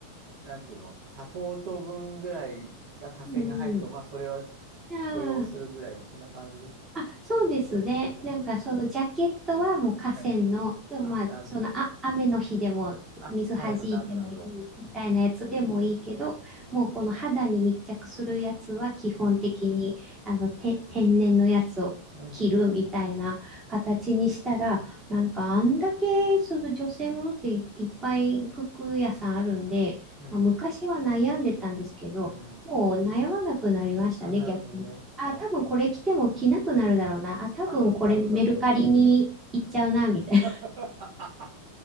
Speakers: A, on the right; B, on the right.
A: なんていうの、サポート分ぐらいが下線が入っても、
B: うん。
A: まあ、それは
B: じゃあ
A: 許容するぐらいの、そんな感じですか。
B: あ、そうですね。
A: うーん。
B: なんかそのジャケットはもう河川の、
A: はい。
B: でもまあそのあ、
A: あ、なるほどね。
B: 雨の日でも水弾いてもいいみたいなやつでもいいけど、
A: あ、はい、なるほど、なるほど。うん、うん、うん、
B: もうこの肌に密着するやつは基本的にあのて天然のやつを着るみたいな形にしたら、
A: うん。うん、うん、うん、
B: なんかあんだけその女性ものっていいっぱい服屋さんあるんで、
A: うん、うん、うん、
B: まあ、昔は悩んでたんですけど、
A: うん。うん
B: もう悩まなくなりましたね、
A: あ、なるほどね。
B: 逆に。あ、
A: あー
B: 多分これ着ても着なくなるだろうな。あ、多分これメルカリに行っちゃうな、
A: あ、なるほど、なるほど。
B: みたい
A: <laughs>